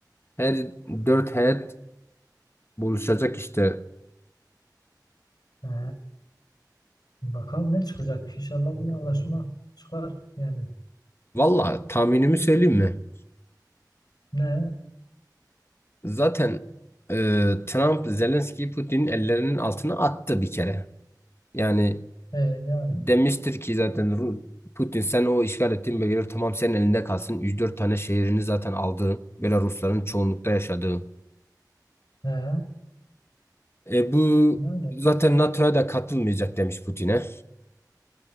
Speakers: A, on the left; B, on the left.
A: her dört heyet buluşacak işte.
B: Ha, bakalım ne çıkacak? İnşallah bir anlaşma çıkar. Yani
A: Valla tahminimi söyleyeyim mi?
B: ne?
A: Zaten eee, Trump Zelenski'yi Putin'in ellerinin altına attı bir kere. Yani
B: E, yani.
A: Demiştir ki zaten Ru- Putin sen o işgal ettiğin bölgeler tamam senin elinde kalsın. üç dört tane şehrini zaten aldı. Belarusların çoğunlukta yaşadığı.
B: He,
A: E, bu
B: yani
A: zaten NATO'ya da katılmayacak demiş Putin'e.